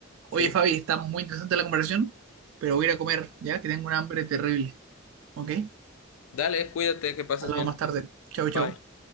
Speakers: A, on the left; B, on the right.
A: Sí.
B: Oye, Fabi, está muy interesante la conversación, pero voy a ir a comer, ya que tengo un hambre terrible. ¿Ok?
A: Dale, cuídate, que pases
B: Hablamos
A: bien.
B: más tarde. Chau, chau.
A: Bye.